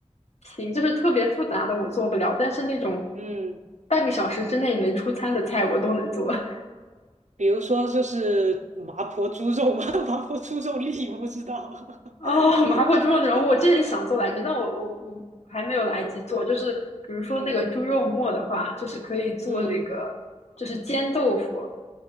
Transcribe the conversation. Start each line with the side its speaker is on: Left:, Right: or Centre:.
Left: 行，就是特别复杂的我做不了，但是那种
Right: <laughs> 嗯，
Left: 半个小时之内能出餐的菜我都能做。<laughs>
Right: 比如说就是麻婆猪肉嘛，<laughs> 麻婆猪肉粒我不知道。<laughs>
Left: 哦，麻婆猪肉那种，我之前想做来着，但我我我还没有来及做。就是比如说那个猪肉末的话，
Right: 嗯
Left: 就是可以做那个，
Right: 嗯，
Left: 就是煎豆腐，